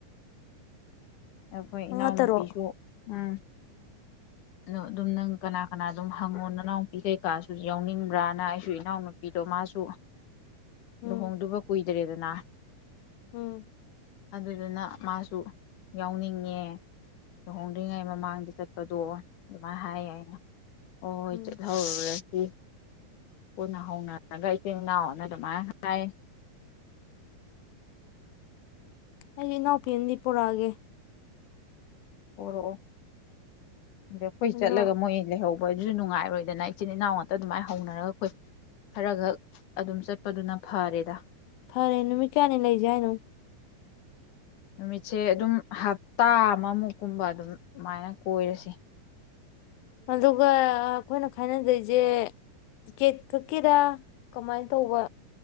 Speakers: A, on the left; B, on the left.
A: ꯑꯩꯈꯣꯏ
B: ꯃꯉꯥ
A: ꯏꯅꯥꯎꯅꯨꯄꯤꯁꯨ
B: ꯇꯔꯨꯛ
A: ꯎꯝ ꯑꯗꯣ ꯑꯗꯨꯝ ꯅꯪ ꯀꯅꯥ ꯀꯅꯥ ꯑꯗꯨꯝ ꯍꯪꯉꯣ ꯅꯅꯥꯎꯄꯤ ꯀꯩꯀꯥꯁꯨ ꯌꯥꯎꯅꯤꯡꯕ꯭ꯔꯥꯅ ꯑꯩꯁꯨ ꯏꯅꯥꯎꯅꯨꯄꯤꯗꯣ ꯃꯥꯁꯨ
B: ꯎꯝ
A: ꯂꯨꯍꯣꯡꯗꯨꯕ ꯀꯨꯏ ꯗꯔꯤꯗꯅ
B: ꯎꯝ
A: ꯑꯗꯨꯗꯨꯅ ꯃꯥꯁꯨ ꯌꯥꯎꯅꯤꯡꯉꯦ ꯂꯨꯍꯣꯡꯗ꯭ꯔꯤꯉꯩ ꯃꯃꯥꯡꯗ ꯆꯠꯄꯗꯣ ꯑꯗꯨꯃꯥꯏꯅ ꯍꯥꯏꯌꯦ ꯑꯩꯅ ꯑꯣ ꯍꯣꯏ
B: ꯎꯝ
A: ꯍꯦ ꯎꯝ ꯄꯨꯅ ꯍꯧꯅꯔꯒ ꯏꯆꯤꯟꯜ ꯏꯅꯥꯎꯅ ꯑꯗꯨꯃꯥꯏꯅ ꯍꯥꯏ
B: ꯑꯩꯒꯤ ꯏꯅꯥꯎꯄꯤꯅꯤ ꯄꯨꯣꯔꯛꯑꯒꯦ
A: ꯄꯔꯛꯑꯣ ꯑꯗ ꯑꯩꯈꯣꯏ
B: ꯑꯗꯣ
A: ꯆꯠꯂꯒ ꯃꯣꯏ ꯂꯩꯍꯧꯕ ꯕꯣꯏ ꯑꯗꯨꯁꯨ ꯅꯨꯡꯉꯥꯏꯔꯣꯏꯗꯅ ꯏꯆꯤꯟꯜ ꯏꯅꯥꯎ ꯉꯥꯛꯇ ꯑꯗꯨꯃꯥꯏꯅ ꯍꯧꯅꯔꯒ ꯑꯩꯈꯣꯏ ꯈꯔ ꯈꯛ ꯑꯗꯨꯝ ꯆꯠꯄꯗꯨꯅ ꯐꯔꯦꯗ
B: ꯐꯔꯦ ꯅꯨꯃꯤꯠ ꯀꯌꯥꯅꯤ ꯂꯩꯁꯦ ꯍꯥꯏꯅꯣ
A: ꯅꯨꯃꯤꯠꯁꯦ ꯑꯗꯨꯝ ꯍꯞꯇꯥ ꯑꯃꯃꯨꯛꯀꯨꯝꯕ ꯑꯗꯨꯝ ꯑꯗꯨꯃꯥꯏꯅ ꯀꯣꯏꯔꯁꯤ
B: ꯑꯗꯨꯒ ꯑꯩꯈꯣꯏꯅ ꯈꯥꯏꯅꯖꯔꯤꯁꯦ ꯇꯤꯛꯀꯦꯠ ꯈꯛꯀꯤꯗ ꯀꯃꯥꯏꯅ ꯇꯧꯕ